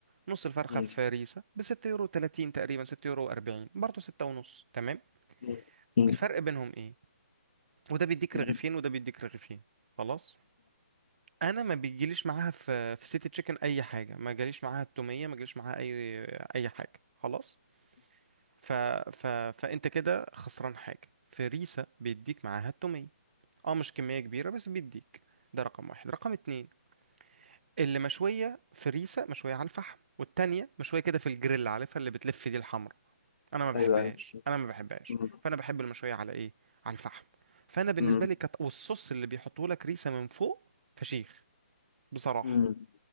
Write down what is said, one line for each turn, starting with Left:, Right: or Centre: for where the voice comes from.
Right: نص الفرخة
Left: مم.
Right: في ريزا ب 6 يورو 30 تقريبا 6 يورو 40 برضه 6 ونص تمام
Left: مم. مم.
Right: الفرق بينهم ايه وده بيديك
Left: مم.
Right: رغيفين وده بيديك رغيفين خلاص انا ما بيجيليش معاها في في سيتي تشيكن اي حاجه ما جاليش معاها التوميه ما جاليش معاها اي اي حاجه خلاص ف... ف... فانت كده خسران حاجه فريسه بيديك معاها التوميه اه مش كميه كبيره بس بيديك ده رقم واحد رقم اتنين اللي مشويه فريسه مشويه على الفحم والتانيه مشويه كده في الجريل عارفها اللي بتلف دي الحمرا انا ما بحبهاش
Left: ايوه ايوه
Right: انا ما بحبهاش
Left: مم.
Right: فانا بحب المشويه على ايه على الفحم فانا بالنسبه
Left: مم.
Right: لي كت... والصوص اللي بيحطوه لك ريسه من فوق فشيخ بصراحه
Left: مم.